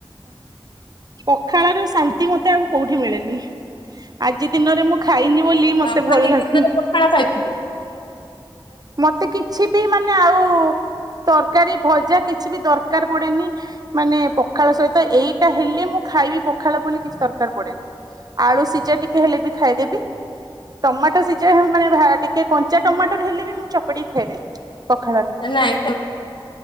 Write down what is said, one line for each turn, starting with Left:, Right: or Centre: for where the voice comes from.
Right: ପଖାଳ ର ଶାନ୍ତି। ମତେ ଆଉ କୋଉଠି ମିଳେନି। ଆଜି ଦିନରେ ମୁଁ ଖାଇନି ବୋଲି ମତେ
Left: ହ
Right: ଭଲ ଲାଗୁନି।
Left: ଦିନରେ ପଖାଳ ଖାଇଥିବି।
Right: ମତେ କିଛି ବି ମାନେ ଆଉ ତ ତରକାରୀ ଭଜା କିଛି ବି ଦରକାର ପଡେନି। ମାନେ ପଖାଳ ସହିତ ଏଇ ହେଲେ ମୁଁ ଖାଇବି ପଖାଳ ବୋଲି କିଛି ଦରକାର ପଡେନି ଆଳୁ ସିଝା ଟିକେ ହେଲେ ବି ଖାଇଦେବି ଟମାଟୋ ସିଝା ମାନେ ଟିକେ କଞ୍ଚା ଟମାଟର ହେଲେ ବି ମୁଁ ଚକଡି ଖାଇଦେବି। ପଖାଳରେ
Left: ନାଇଁ